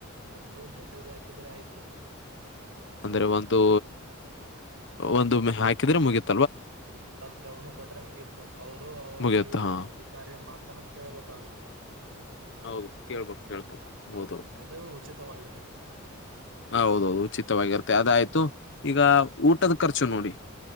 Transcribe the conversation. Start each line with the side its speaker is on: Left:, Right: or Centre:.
Right: ಒಂದು ಮೆಸೇಜ್ ಹಾಕಿದ್ರೆ ಆಯ್ತು.
Left: ಅಂದ್ರೆ ಒಂದು ಒಂದು ಹಾಕಿದ್ರೆ ಮುಗಿತು.
Right: ಪತ್ರವನ್ನು ಕೊಟ್ರೆ ಮುಗಿತು ಅವರು ಅವ
Left: ಮುಗಿಯತ್ತ
Right: ಮೇಗಲಿನ
Left: ಹಾ
Right: ಅಧಿಕಾರಿಯ ಮಾತ್ರ. ತನ ಕೇಳ್ಬೇಕಾಗತ್ತೆ.
Left: ಹೌದು ಕೇಳ್ಬಕ್ ಕೇಳ್ಬಕ್ ಹೌದೌದು.
Right: ಅದು ಉಚಿತವಾಗಿರುತ್ತೆ
Left: ಹೌದೌದು ಉಚಿತವಾಗಿರುತ್ತೆ ಅದಾಯ್ತು ಈಗ. ಊಟದ ಖರ್ಚು ನೋಡಿ